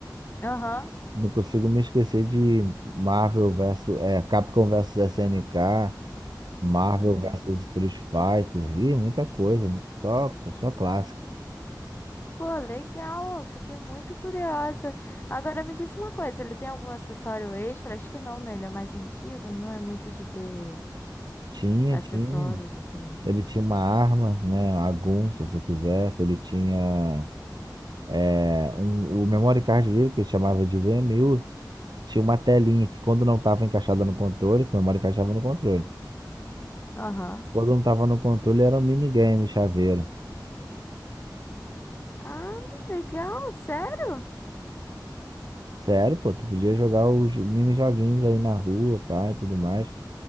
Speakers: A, on the left (about 30°); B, on the right (about 70°).
A: Aham.
B: Não consigo me esquecer de Marvel versus, é, Capcom versus SNK. Marvel
A: O-
B: versus Street Fighter, e muita coisa, só, só clássico.
A: Pô, legal, eu fiquei muito curiosa. Agora me disse uma coisa, ele tem algum acessório extra? Acho que não, né? Ele é mais antigo, não é muito de ter
B: Tinha,
A: acessórios
B: tinha.
A: assim.
B: Ele tinha uma arma, né? A Gun, se você quisesse. Ele tinha é, um, o memory card dele, que ele chamava de v VMU, tinha uma telinha que quando não estava encaixada no controle, que o memory card estava no controle.
A: Aham.
B: Quando não estava no controle, era um minigame, chaveiro.
A: Ah, legal, sério?
B: Sério, pô, tu podia jogar os mini joguinhos aí na rua, pá, e tudo mais.